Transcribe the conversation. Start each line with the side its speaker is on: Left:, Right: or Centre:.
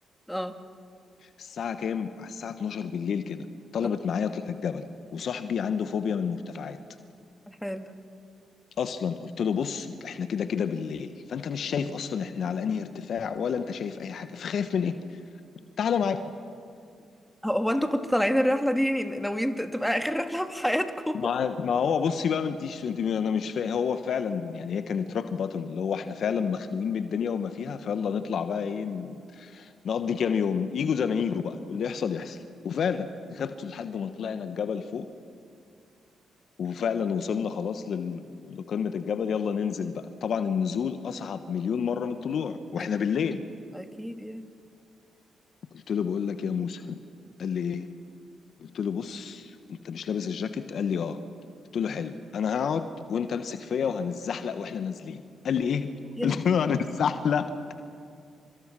Centre: اه
Left: الساعه كام على الساعه 12 بالليل كده طلبت
Centre: آه،
Left: معايا اطلع الجبل وصاحبي عنده فوبيا من المرتفعات
Centre: حلو
Left: اصلا قلت له بص انت- احنا كده كده بالليل فانت مش شايف اصلا احنا على انهي ارتفاع ولا انت شايف اي حاجه فخايف من ايه تعالى معايا
Centre: هو هو انتوا كنتوا طالعين الرحله دي يعني ناويين ت- تبقى اخر رحله في حياتكم
Left: ما
Centre: <laughs>
Left: ما هو بصي بقى ما انتيش انت انا مش فاهم هو فعلا يعني هي كانت روك باتون اللي هو احنا فعلا مخنوقين من الدنيا وما فيها فيلا نطلع بقى ايه نقضي كام يوم ايجو زي ما ايجو بقى واللي يحصل يحصل وفعلا خدته لحد ما طلعنا الجبل فوق وفعلا وصلنا خلاص لل... لقمة الجبل يلا ننزل بقى طبعا النزول اصعب مليون مرة من الطلوع واحنا
Centre: اكيد
Left: بالليل
Centre: اكيد يعني
Left: قلت له بقول لك يا موسى قال لي ايه قلت له بص انت مش لابس الجاكيت قال لي اه قلت له حلو انا هقعد وانت امسك فيا وهنتزحلق واحنا نازلين قال لي ايه <laughs>
Centre: يلا
Left: قلت له هنتزحلق